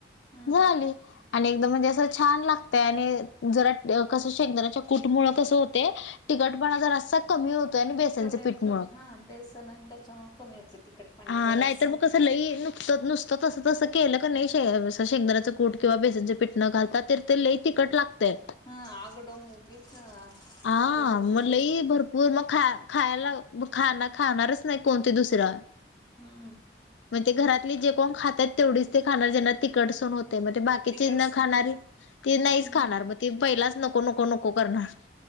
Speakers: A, on the left; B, on the left.
A: हम्म.
B: झाली. आणि एकदम म्हणजे असं छान लागतंय आणि जरा कसं शेंगदाण्याच्या कुटमुळं कसं हुतयं तिकटपणा जरा असाच कमी होतोय आणि बेसनाच्या
A: कमी
B: पीठमुळ,
A: होतंय हा बेसन आणि त्याच्यामुळे कमी होतंय तिखटपणा
B: हा
A: जरासा.
B: नाहीतर मग कसं लई, नुक नुसतं तसं तसं केलं कणी शेंगदाण्याचं कूट किंवा बेसनच पिठ न घालात तर ते लई तिखट लागतय.
A: <unintelligible>
B: आ,
A: हे होत
B: मग
A: नाही.
B: लई भर पूर्ण खा, खायला, ब खा, खाणारच नाही कोण ते दुसरं.
A: हम्म.
B: मग ते घरातली जे कोण खात्यात तेवढीच ते खाणार ज्यांना तिकट सहन होत ते मग, बाकीची
A: तिखटसर.
B: न खाणारी ती नाहीच
A: हम्म.
B: खाणार मग ती पहिलाच नको, नको, नको करणार.